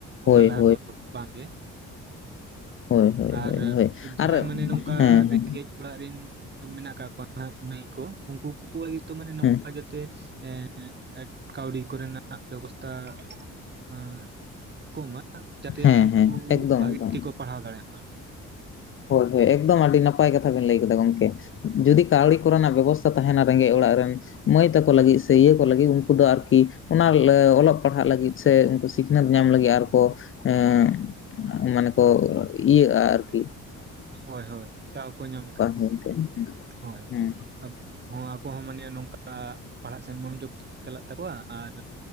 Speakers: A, on the right (about 35°); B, on the left (about 45°).
A: ᱚᱱᱟ
B: ᱦᱳᱭ
A: ᱞᱟᱦᱟ
B: ᱦᱳᱭ ᱦᱳᱭ ᱦᱳᱭ
A: ᱫᱚ ᱵᱟᱝ ᱜᱮ
B: ᱦᱳᱭ ᱦᱳᱭ
A: ᱟᱨ
B: ᱦᱳᱭ ᱦᱳᱭ
A: ᱡᱟᱦᱟᱸᱭ
B: ᱟᱨ
A: ᱢᱟᱱᱮ ᱱᱚᱝᱠᱟ
B: ᱦᱮᱸ ᱦᱮᱸ
A: ᱨᱮᱸᱜᱮᱡ ᱚᱲᱟᱜ ᱨᱤᱱ ᱢᱮᱱᱟᱜ ᱠᱟᱜ ᱠᱚᱣᱟ ᱢᱟᱹᱭ ᱠᱚ ᱩᱱᱠᱩ ᱠᱚᱭ ᱛᱚ ᱢᱟᱱᱮ ᱱᱚᱝᱠᱟ
B: ᱦᱮᱸ
A: ᱡᱮ ᱛᱮ ᱮᱸ ᱠᱟᱹᱣᱰᱤ ᱠᱚᱨᱮᱱᱟᱜ ᱵᱮᱵᱚᱥᱛᱟ ᱟᱸ ᱠᱚ ᱢᱟ ᱡᱟᱛᱮ
B: ᱦᱮᱸ
A: ᱢᱟᱱᱮ ᱩᱱᱠᱩ
B: ᱦᱮᱸ ᱮᱠᱫᱚᱢ
A: ᱵᱷᱟᱜᱤ
B: ᱮᱠᱫᱚᱢ
A: ᱛᱮᱠᱚ ᱯᱟᱲᱦᱟᱣ ᱫᱟᱲᱮᱭᱟᱜ ᱢᱟ᱾
B: ᱦᱳᱭ ᱦᱳᱭ ᱮᱠᱫᱚᱢ ᱟᱹᱰᱤ ᱱᱟᱯᱟᱭ ᱠᱟᱛᱷᱟ ᱵᱮᱱ ᱞᱟᱹᱭ ᱠᱮᱫᱟ ᱜᱚᱝᱠᱮ ᱡᱩᱫᱤ ᱠᱟᱹᱣᱲᱤ ᱠᱚᱨᱮᱱᱟᱜ ᱵᱮᱵᱚᱥᱛᱷᱟ ᱛᱟᱦᱮᱱᱟ ᱨᱮᱸᱜᱮᱡ ᱚᱲᱟᱜ ᱨᱮᱱ ᱢᱟᱹᱭ ᱛᱟᱠᱚ ᱞᱟᱹᱜᱤᱜ ᱥᱮ ᱤᱭᱟᱹ ᱠᱚ ᱞᱟᱹᱜᱤ ᱩᱱᱠᱩ ᱫᱚ ᱟᱨᱠᱤ ᱚᱱᱟ ᱞᱮ ᱚᱞᱚᱜ ᱯᱟᱲᱦᱟᱜ ᱞᱟᱹᱜᱤᱫ ᱥᱮ ᱥᱤᱠᱷᱱᱟᱹᱛ ᱧᱟᱢ ᱞᱟᱹᱜᱤᱜ ᱟᱨ ᱠᱚ ᱮᱜ ᱢᱟᱱᱮ ᱠᱚ ᱤᱭᱟᱹᱜᱼᱟ ᱟᱨ ᱠᱤ
A: ᱦᱳᱭ ᱦᱳᱭ ᱫᱟᱣ ᱠᱚ ᱧᱟᱢ ᱠᱮᱠᱷᱟᱱ
B: ᱢᱮᱱᱛᱮ
A: ᱦᱳᱭ
B: ᱦᱮᱸ
A: ᱟᱵ ᱦᱚᱸ ᱟᱠᱚ ᱦᱚᱸ ᱢᱟᱱᱮ ᱱᱚᱝᱠᱟ ᱯᱟᱲᱦᱟᱜ ᱥᱮᱱ ᱢᱚᱱᱚᱡᱳᱜ ᱪᱟᱞᱟᱜ ᱛᱟᱠᱚᱣᱟ ᱟᱨ,